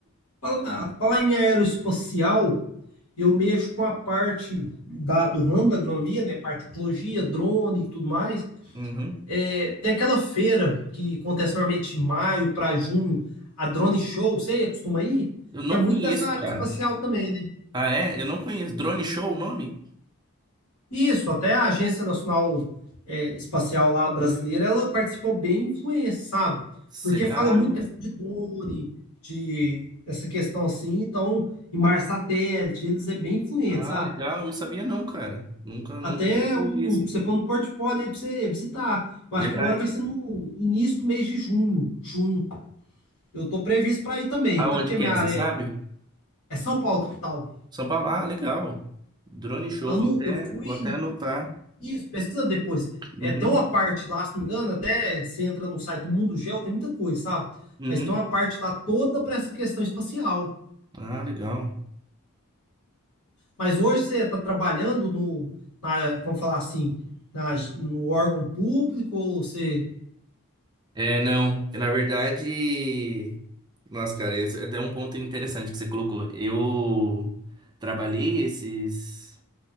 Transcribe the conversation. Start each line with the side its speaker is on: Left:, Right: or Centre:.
Left: Falar, falar em aeroespacial, eu mexo com a parte da, do ramo da agronomia, né? Parte de tecnologia, drone e tudo mais.
Right: Uhum.
Left: É, tem aquela feira que acontece normalmente em maio para junho, a Drone Show, você costuma ir?
Right: Eu não
Left: Que é muito
Right: conheço,
Left: dessa área
Right: cara.
Left: espacial também, né?
Right: Ah, é? Eu não conheço. Drone Show o nome?
Left: Isso, até a Agência Nacional é, Espacial lá brasileira, ela participou bem influência, sabe?
Right: Cê-
Left: Porque fala
Right: Ah,
Left: muito
Right: não-
Left: questão de drone, de essa questão assim, então, em mar satélite, eles é bem influente,
Right: ah,
Left: sabe?
Right: legal, eu não sabia não, cara. Nunca, nunca,
Left: Até
Right: nunca
Left: um,
Right: ouvi assim.
Left: pra você pôr no portfólio aí pra você visitar. Eu
Right: Verdade.
Left: acho que agora vai ser no início do mês de junho, junho. Eu tô previsto para ir também,
Right: Aonde
Left: até porque minha
Right: que é,
Left: área
Right: você sabe?
Left: é, é São Paulo, capital.
Right: São Paulo, ah, legal. Drone Show,
Left: Eu,
Right: vou
Left: não-
Right: até,
Left: eu fui.
Right: vou até anotar.
Left: Isso, pesquisa depois.
Right: Uhum,
Left: É, tem uma parte lá, se não me engano, até você entra no site do Mundo Geo, tem muita coisa, sabe?
Right: uhum.
Left: Mas tem uma parte lá toda para essa questão espacial.
Right: Ah, legal.
Left: Mas hoje você está trabalhando no, na, vamos falar assim, na, no órgão público, ou você,
Right: É, não. Na verdade, nossa, cara, esse é até um ponto interessante que você colocou. Eu trabalhei esses